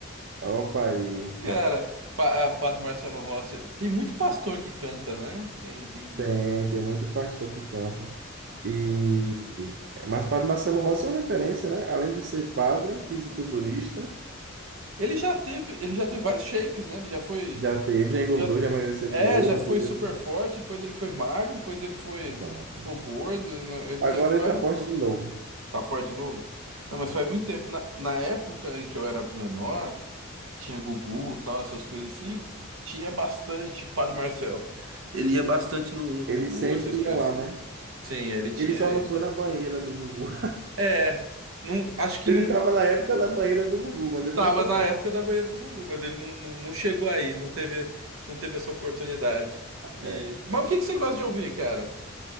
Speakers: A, on the right; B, on the right.
A: Opa, isso.
B: <laughs> Cara, pa- ah, Padre Marcelo Rossi. Tem muito pastor que canta, né? Tem, tem.
A: Tem, tem muito pastor que canta. E mas Padre Marcelo Rossi é uma referência, né? Além de ser padre, fisiculturista,
B: Ele já teve, ele já teve vários shapes, né? Ele já foi,
A: já teve, já engordou,
B: já t-
A: já emagreceu
B: é,
A: de novo,
B: já foi
A: entendeu?
B: super forte. Depois ele foi magro. Depois ele foi,
A: Exato.
B: ficou gordo. né? Ele
A: Agora
B: teve vários.
A: ele tá forte de novo.
B: Tá fora de novo? Não, mas
A: Tá.
B: faz muito tempo. Na, na época em que eu era menor, que tinha Gugu, tal, essas coisas assim, tinha bastante Padre Marcelo. Ele ia bastante no, no
A: Ele
B: Gugu,
A: sempre
B: essas coisas
A: ia lá,
B: assim.
A: né?
B: Sim, ele tinha
A: Ele só
B: isso.
A: não foi na banheira do Gugu.
B: É, não,
A: <laughs>
B: acho que
A: Ele
B: não
A: tava na época da banheira do Gugu, mas ele
B: tava
A: não foi,
B: na
A: não.
B: época da banheira do Gugu, mas ele não, não, não chegou aí, não teve, não teve essa oportunidade. E,
A: É.
B: mas
A: é.
B: o que que você gosta de ouvir, cara? O